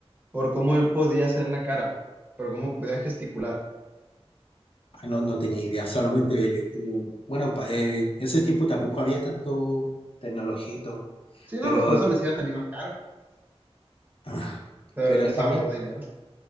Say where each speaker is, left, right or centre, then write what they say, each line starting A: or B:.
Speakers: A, on the right (about 20°); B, on the left (about 60°).
A: por cómo él podía hacer la cara, por cómo podía gesticular.
B: Ah, No, no tenía idea. Solamente, el, eh, bueno, pa- eh, en ese tiempo tampoco había tanto tecnología y todo.
A: Sí, no,
B: Pero,
A: pues por eso les iba a salir más caro,
B: ah,
A: pero
B: pero
A: él les
B: también,
A: ahorró dinero.